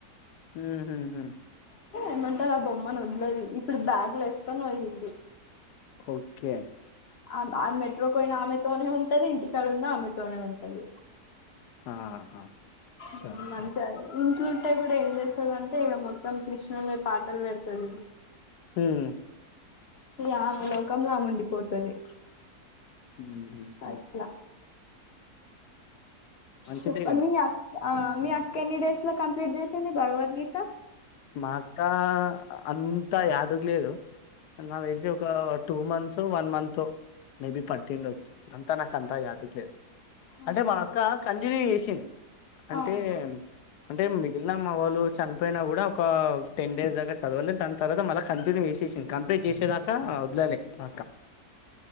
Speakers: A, on the left; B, on the left.
A: ఉహు
B: ఏమంటారు. ఆ బొమ్మను వదలది, ఇప్పుడు బ్యాగ్ లో వేసుకొని పోయింది.
A: ఓకే
B: ఆమె మెట్రోకి పోయిన ఆమెతోనే ఉంటది. ఇంటికాడ ఉన్న ఆమెతోనే ఉంటది.
A: అచ్చా
B: మ్
A: అచ్చా
B: మంచి య మ్ ఇంట్లుంటే కూడా ఏం చేస్తది. అంటే ఇగా మొత్తం కృష్ణ ని పాటలు పెడుతది.
A: ఉమ్
B: ఇగా, ఆమెలోకంలో ఆమె ఉండిపోతది.
A: ఉ హు
B: అట్లా
A: మంచిదే
B: చెప్ప
A: గదా.
B: మీ అక్క ఆ మీ అక్క ఎన్ని డేస్ లో కంప్లీట్ చేసింది. భగవద్గీత
A: మా అక్క అంతా యాదుకలేదు. నాకు తెలిసి, ఒక టూ మంత్స్, వన్ మంతో మేబి పట్టి ఉండచ్చు, అంతా నాకంతా యాదుక లేదు. అంటే,
B: ఆహా
A: మా అక్క కంటిన్యూ చేసింది. అంటే
B: అవును
A: అంటే మిగిలిన, మా వాళ్ళు చనిపోయినా గూడా ఒక టెన్ డేస్ దగ్గర చదవలే, దాని తర్వాత మళ్ళ కంటిన్యూ చేసేసింది. కంప్లీట్ చేసేదాకా వదలలే మా అక్క.